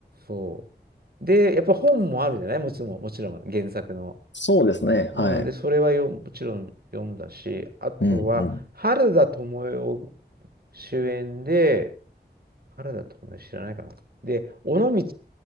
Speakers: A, on the right; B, on the left.
A: そう。で、やっぱ本もあるじゃないもちろん、もちろん、原作の。
B: そうですね。
A: うん、
B: はい。
A: で、それはよ、もちろん読んだし、あとは、
B: うん、うん。
A: 原田知世主演で、原田知世知らないかな。で、尾道